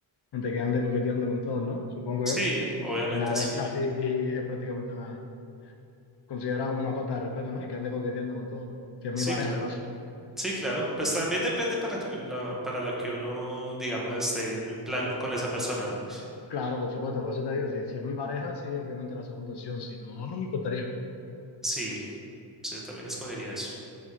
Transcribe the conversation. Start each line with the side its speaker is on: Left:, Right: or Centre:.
Left: antes que ande coqueteando con todos, ¿no? Supongo
Centre: Sí,
Left: yo.
Centre: obviamente
Left: Que nada,
Centre: sí.
Left: es casi, es prácticamente una, considerada como una falta de respeto, ¿no? Que ande coqueteando con todos. Si es
Centre: Sí,
Left: mi pareja,
Centre: claro.
Left: claro.
Centre: Sí, claro. Pues también depende para que, la- para lo que uno, digamos, esté en el plan con esa persona, ¿no?
Left: Claro, por supuesto, por eso te digo, si, si es mi pareja, sí, obviamente la segunda opción, si no, no me importaría.
Centre: Sí, sí, yo también escogería eso.